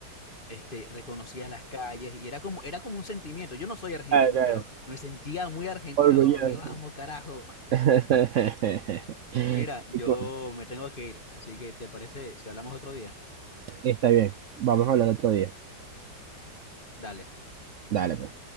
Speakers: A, on the left; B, on the right.
A: este, reconocía las calles y era como, era como un sentimiento, yo no soy argentino,
B: Claro, claro.
A: pero me sentía muy argentino
B: Orgulloso.
A: como que vamos carajo.
B: <laughs> Qué
A: Mira, yo
B: cool.
A: me tengo que ir, así que ¿te parece si hablamos otro día?
B: Está bien. Vamos a hablar otro día.
A: Dale.
B: Dale, pues.